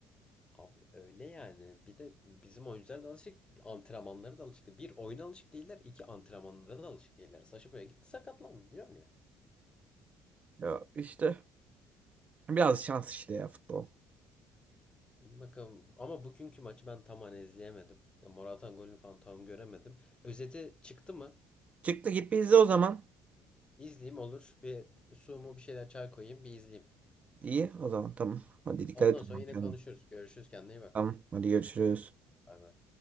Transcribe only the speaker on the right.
Ya işte biraz şans işte ya futbol.
Çıktı git bir izle o zaman.
İyi o zaman tamam. Hadi dikkat
et o
zaman
kendine.
Tamam hadi görüşürüz.